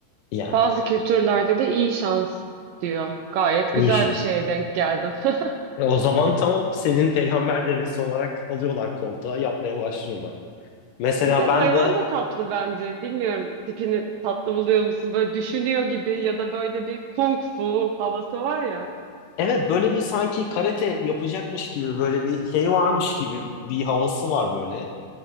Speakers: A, on the left (about 75°); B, on the right (about 80°).
A: Yani
B: Bazı kültürlerde de iyi şans diyor. Gayet
A: inşallah.
B: güzel bir şeye denk geldim. <laughs>
A: E, o zaman tamam senin peygamber devesi olarak alıyorlar koltuğa yapmaya başlıyorlar. Mesela
B: Bir de hayvan
A: ben de
B: da tatlı bence. Bilmiyorum tipini tatlı buluyor musun? Böyle düşünüyor gibi ya da böyle bir kung fu havası var ya.
A: evet böyle bir sanki karate yapacakmış gibi böyle bir şey varmış gibi bir havası var böyle.